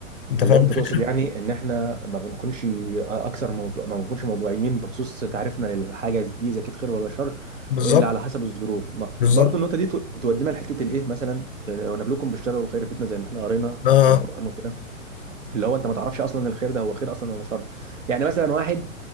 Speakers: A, on the left; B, on the right.
A: انت
B: اللي
A: فاهم
B: هو انت
A: الفكره
B: تقصد يعني ان احنا ما بنكونش اكثر موضوع ما بنكونش موضوعيين بخصوص تعريفنا للحاجه دي اذا كانت خير ولا شر
A: بالظبط
B: الا على حسب الظروف ما...
A: بالظبط
B: برضو النقطه دي تو- تودينا لحته الايه مثلا آه، ونبلوكم بالشر والخير فتنه زي ما احنا قرينا
A: اه
B: في القران وكده اللي هو انت ما تعرفش اصلا الخير ده هو خير اصلا ولا شر يعني مثلا واحد